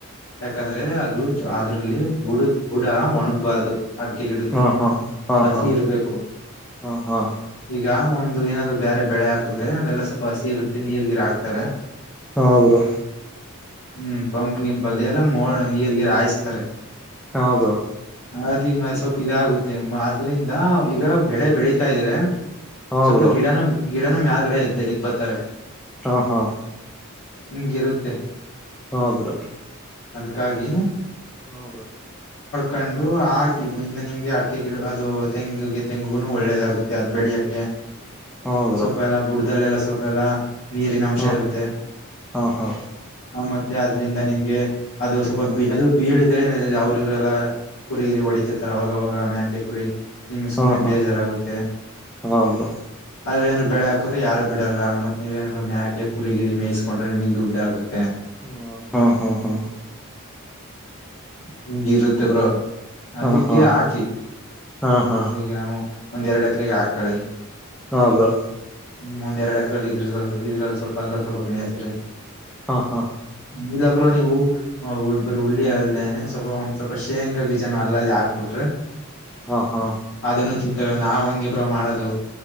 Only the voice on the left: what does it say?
ಯಾಕಂದ್ರೆ ಅದು ಅದ್ರಲ್ಲಿ ಬುಡದ ಬುಡ ಒಣಗ್ಬಾರದು ಅಡಕೆ ಗಿಡ್ದು
ಹಸಿ
ಇರ್ಬೇಕು
ಈಗ ಒಂದು ಒಂದು ಏನಾದ್ರು ಬೇರೆ ಬೆಳೆ ಹಾಕಿದ್ರೆ ಅಲ್ಲೆಲ್ಲ ಸ್ವಲ್ಪ ಹಸಿ ಇರುತ್ತೆ ನೀರ್ ಗಿರ ಹಾಕ್ತಾರೆ.
ಹ್ಮ್ ಪಂಪ್ ಗಂಪ ಅಲ್ಲಿ ಎಲ್ಲ ಮ ನೀರ್ಗೀರ್ ಹಾಯಿಸತಾರೆ.
ಅದು ಈ ಮ ಸ್ವಲ್ಪ ಇದಾಗುತ್ತೆ ಆದ್ರಿಂದ ಈಗ ಬೆಳೆ ಬೆಳತಾ ಇದ್ರೆ
ಸ್ವಲ್ಪ
ಗಿಡನು ಗಿಡನು ಮ್ಯಾಲಗಡೆ ಎದ್ದ ಎದ್ ಬರ್ತವೆ.
ಹ್ಮ್ ಹಿಂಗಿರುತ್ತೆ
ಅದಕ್ಕಾಗಿ
ಕಂಡು ಹಾ ಇನ್ನು ನಿಮ್ಗೆ ಅಡಕೆ ಗಿಡ ಅದು ತೆಂಗಿಗೆ ತೆಂಗುಗು ಒಳ್ಳೇದಾಗುತ್ತೆ ಅದ್ ಬೆೇಳಿಯಕೆ.
ಸ್ವಲ್ಪ ಎಲ್ಲ ಬುಡ್ದಲ್ಲೆಲ್ಲ ಸ್ವಲ್ಪ ಎಲ್ಲ ನೀರಿನ ಅಂಶ
ಇರುತ್ತೆ
ಆ ಮತ್ತೆ ಅದ್ರಿಂದ ನಿಮ್ಗೆ ಅದು ಸ್ವಲ್ಪ
ಬಿ ಅದು ಬೀಳಿದ್ರೆ ಅವ್ರ ಇವ್ರಲ್ಲ ಕುರಿಗಿರಿ ಹೊಡತಿರ್ತಾರೆ ಅವವಾಗವಾಗೆ ಮೇಕೆ ಕುರಿ ನಿಮ್ಗ್ ಸುಮನೆ
ಬೇಜಾರಾಗುತ್ತೆ.
ಅಲ್ಲೆನಾದ್ರೂ ಬೆಳೆ ಹಾಕಿದ್ರ ಯಾರ ಬಿಡಲ್ಲ ಮತ್ತ್ ನೀವೇನಾದ್ರು ಮ್ಯಾಕೆ ಕುರಿಗಿ ಮೇಯಿಸಕೊಂಡ್ರೆನಿ ಮಗ್ ದುಡ್ಡಗುತ್ತೆ.
ಹಿಂಗಿರುತ್ತೆ ಬ್ರೋ ಅದಕ್ಕೆ
ಹಾಕಿ
ಈಗ ಒಂದ್ ಎರಡು ಎಕರೆಗೆ ಹಾಕಳಿ
ಹ್ಮ್ ಒಂದೆರೆಡೆಕ್ರೆ ಇದ್ರ ಸ್ವಲ್ ಇದ್ರಲ್ಲಿ ಸ್ವಲ್ಪ ಅತ್ರ ಸ್ವಲ್ಪ ಮೇಸ್ರರಿ
ಇಲ್ಲೊಬ್ರು ನೀವು ಬರೀ ಉುಳ್ಳಿ ಅಲ್ದೇನೆ ಸ್ವಲ್ಪ ಒಂದ್ ಸ್ವಲ್ಪ ಶೇಂಗಾ ಬೀಜನ ಅಲ್ಲಲ್ಲಿ ಹಾಕ್ಬಿಟ್ರೆ
ಅದನ್ನು ನಾವ್ ಹಂಗಿಬ್ರೋ ಮಾಡೋದು